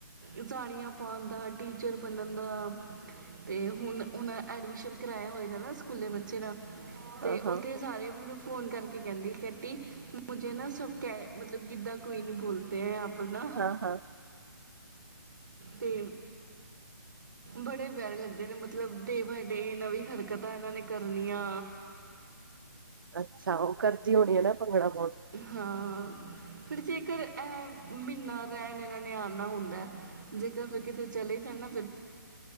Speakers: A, on the right (about 60°); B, on the right (about 70°).
A: ਜਾਣੀਆਂ ਪਾਉਣ ਦਾ ਟੀਚਰ ਬਨਨ ਦਾ, ਤੇ ਹੁਣ ਉਹਨਾਂ ਐਡਮਿਸ਼ਨ ਕਰਾਇਆ ਹੋਇਆ। ਜਾਣਾ ਸਕੂਲੇ ਬੱਚੇ ਦਾ। ਤੇ
B: ਹਾਂ ਹਾਂ
A: ਉਥੇ ਸਾਰੇ ਮੈਨੂੰ ਫੋਨ ਕਰਕੇ ਕਿ ਕਹਿੰਦੀ ਕੱਟੀ। ਮੁਝੇ ਨਾ ਸਭ ਕਹਿ ਮਤਲਬ ਕਿੱਦਾ ਕੋਈ ਨੀ ਬੋਲਦੇ ਹੈ ਆਪ ਆਪ ਨਾ,
B: ਹਾਂ ਹਾਂ
A: ਤੇ, ਬੜੇ ਪਿਆਰੇ ਲੱਗਦੇ ਨੇ ਮਤਲਬ ਡੇ ਬਾਏ ਡੇ ਇਹ ਨਵੀਂ ਹਰਕਤ ਤਾਂ ਇਹਨਾਂ ਨੇ ਕਰਨੀ ਆ।
B: ਅੱਛਾ, ਉਹ ਕਰਜ਼ੀ ਹੋਣੀ ਹੈ ਨਾ ਭੰਗੜਾ ਬਹੁਤ
A: ਹਾਂ, ਫਿਰ ਜੇਕਰ ਇਹ। ਮਹੀਨਾ ਰਹਿਣ ਇਹਨਾਂ ਨੇ ਆਉਨਾ ਹੁੰਦਾ ਜੇਕਰ ਕਿਤੇ ਚਲੇ ਜਾਣਾ।